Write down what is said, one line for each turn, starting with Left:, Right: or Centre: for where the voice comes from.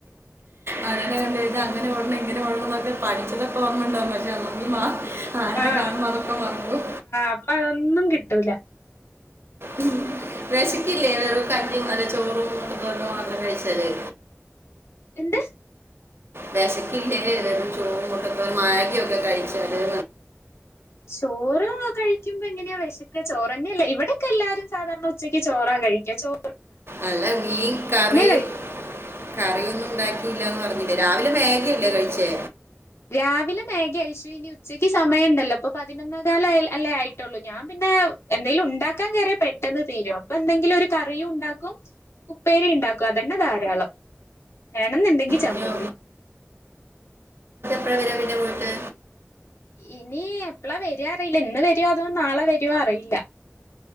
Right: അവിടെന്ത കണ്ട ഇ അങ്ങനെ ഓടണം ഇങ്ങനെ ഓടണം എന്നൊക്ക പഠിച്ചതക്കെ ഓന്നുണ്ടാവും പക്ഷേ അ മാ ആനനെ
Left: ആഹ
Right: കാണുമ്പോൾ അതൊക്കെ മറക്കും
Left: അപ്പൊ അതൊന്നും കിട്ട ട്ടല
Right: ഉം രശിക്കില്ലേ വെറ കഞ്ഞി നല്ല ചോറുംന്തോന്നോ മാത്രം കഴിച്ചാലേ
Left: എന്താ
Right: വിശക്കില്ലേ വെറും ചൂ മുട്ടക്ക മായയൊക്കെ കഴിച്ചാല്
Left: ചോറോ കഴിക്കുമ്പോ എങ്ങനെയാ വിശക്ക ചോറന്നെയല്ല ഇവിടൊക്കെ എല്ലാരും സാധാരണ ഉച്ചക്ക് ചോറാ കഴിക്കോ
Right: അല്ല വീൻ കറിയും
Left: കഴി
Right: കറിയൊന്നും ഉണ്ടാക്കി ല്ലന്ന് പറഞ്ഞില്ലേ രാവിലെ മാഗില്ലേ കഴിച്ചേ
Left: രാവിലെ മേഘ അഴച്ചു ഇനി ഉച്ചക്ക് സമയം ഉണ്ടല്ലോ അപ്പൊ പതിനൊന്ന കാല അല്ലേ ആയിട്ടുള്ളൂ ഞാൻ പിന്നെ എന്തേങ്കലും ഉണ്ടാക്കാൻ കയറിയ പെട്ടെന്ന് തീരോ അപ്പൊ എന്തെങ്കിലും ഒരു കറിയും ഉണ്ടാക്കും ഉപ്പേരി ഉണ്ടാക്കും അതന്നെ ധാരാളം വണെന്നുണ്ടെങ്കി ചമ്മന്തി
Right: ഇഞ്ഞോ, എവിടെ വരാ പിന്നെ പോയിട്ട്
Left: ഇനി എപ്പളാ വരു അറിയില്ല ഇന്ന് വരുോ അതോ നാളെ വരു അറിയില്ല